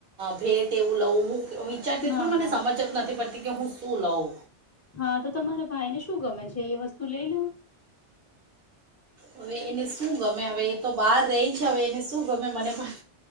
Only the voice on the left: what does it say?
હા
હા
હા તો તમારા ભાઈને શું ગમે છે? એ વસ્તુ લઈ લઉ.